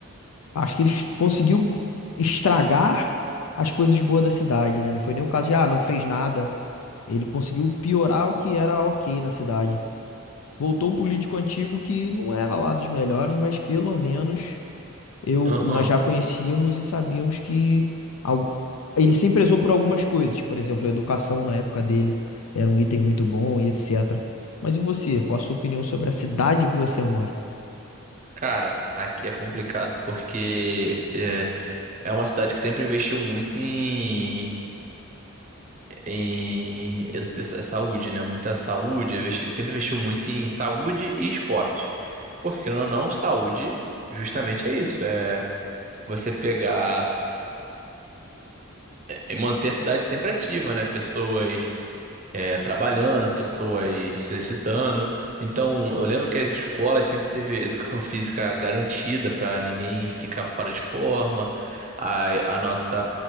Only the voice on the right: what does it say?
aham.
Cara, aqui é complicado porque é, é uma cidade que sempre investiu muito em, em edu- sa- saúde, né? Muita saúde, investi- sempre investiu muito em saúde e esporte. Porque, querendo ou não, saúde justamente é isso, é você pegar e manter a cidade sempre ativa, né? Pessoas é, trabalhando, pessoas se exercitando. Então, eu lembro que as escolas sempre teve educação física garantida para ninguém ficar fora de forma. A, a nossa.